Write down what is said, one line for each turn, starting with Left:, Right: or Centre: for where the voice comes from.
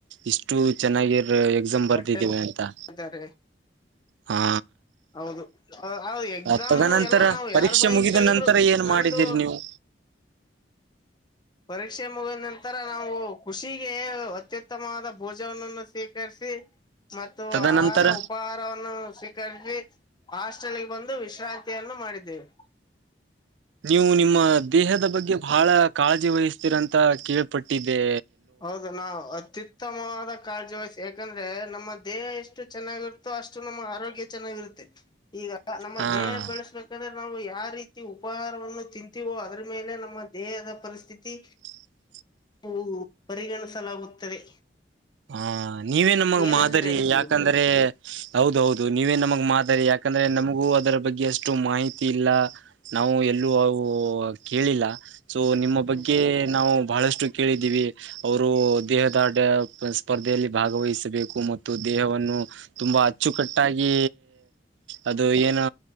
Right: ಇಷ್ಟು ಚೆನ್ನಾಗಿರ ಎಕ್ಸಾಮ್ ಬರ್ದಿದ್ದೀವಿ
Left: ಹೊಟ್ಟೆ
Right: ಅಂತಾ
Left: ಇದ್ದಾರೆ
Right: ಹಾ
Left: ಹೌದು ಎಕ್ಸಾಮ್
Right: ಆ ತದನಂತರ
Left: ಎಲ್ಲಾ ನಾವು
Right: ಪರೀಕ್ಷೆ
Left: ಯಾರ್ ಬಾಯಲ್ಲಿ
Right: ಮುಗಿದ
Left: ಕೇಳಿದ್ರು
Right: ನಂತರ ಏನು
Left: ನಂದು
Right: ಮಾಡಿದೀರಿ ನೀವು
Left: ಪರೀಕ್ಷೆ ಮುಗಿದ ನಂತರ ನಾವು ಖುಷಿಗೆ ಅತ್ಯುತ್ತಮವಾದ ಭೋಜವನ್ನು ಸ್ವೀಕರಿಸಿ ಮತ್ತು
Right: ತದನಂತರ
Left: ಆಹಾರ ಉಪಹಾರವನ್ನು ಸ್ವಿ ಕರ್ ಹಾಸ್ಟೆಲ್ ಗೆ ಬಂದು ವಿಶ್ರಾಂತಿಯನ್ನು ಮಾಡಿದ್ದೇವೆ
Right: ನೀವು ನಿಮ್ಮ ದೇಹದ ಬಗ್ಗೆ ಬಹಳ ಕಾಳಜಿ ವಹಿಸ್ತೀರಂತ ಕೇಳ್ ಪಟ್ಟಿದ್ದೆ
Left: ಹೌದನ ವು ಅತ್ಯತ್ ಉತ್ತಮವಾದ ಕಾಳಜಿ ವಹಸಿ ಯಾಕಂದ್ರೆ ನಮ್ಮ ದೇಹ ಎಷ್ಟು ಚೆನ್ನಾಗಿರುತ್ತೋ ಅಷ್ಟು ನಮ್ಮ ಆರೋಗ್ಯ ಚೆನ್ನಾಗಿರುತ್ತೆ ಈಗ ನಮ್ಮ
Right: ಹಾ
Left: ದೇಹ ಬೆಳೆಸ್ಬೇಕ ಯಾಕಂದ್ರೆ ನಾವು ಯಾವ ರೀತಿ ಉಪಹಾರವನ್ನು ತಿಂತೀವೋ ಅದರ ಮೇಲೆ ನಮ್ಮ ದೇಹದ ಪರಿಸ್ಥಿತಿ
Right: <inaudible>
Left: <unintelligible> ಪರಿಗಣಿಸಲಾಗುತ್ತದೆ
Right: ಹಾ ನೀವೇ ನಮಗೆ
Left: ಏನಂತೀರ
Right: ಮಾದರಿ
Left: ಅದಕ್
Right: ಯಾಕಂದ್ರೆ
Left: ನೀವು
Right: ಹೌದೌದು ನೀವೇ ನಮಗ್ ಮಾತರಿ ಯಾಕಂದ್ರೆ ನಮಗೂ ಅದರ ಬಗ್ಗೆ ಅಷ್ಟು ಮಾಹಿತಿ ಇಲ್ಲಾ ನಾವು ಎಲ್ಲೂ ಅವು ಕೇಳಿಲ್ಲಾ ಸೊ ನಿಮ್ಮ ಬಗ್ಗೆ
Left: ಹೌದೌದು
Right: ನಾವು ಬಹಳಷ್ಟು ಕೇಳಿದ್ದೀವಿ ಅವರು ದೇಹದಾಡ್ಯ ಸ್ಪರ್ಧೆಯಲ್ಲಿ ಭಾಗವಹಿಸಬೇಕು ಮತ್ತು ಮತ್ತು ದೇಹವನ್ನು ತುಂಬಾ ಅಚ್ಚುಕಟ್ಟಾಗಿ ಅದು ಏನು